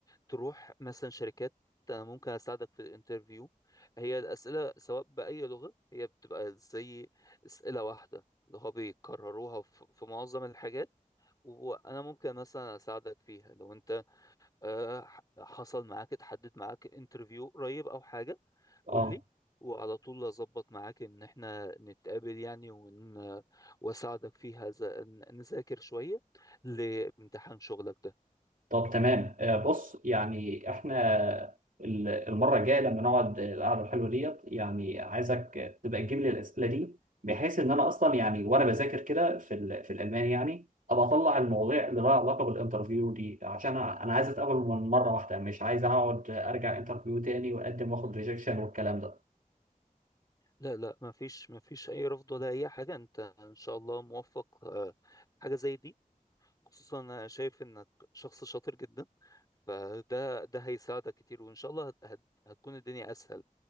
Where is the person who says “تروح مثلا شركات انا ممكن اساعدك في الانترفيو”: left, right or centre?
Left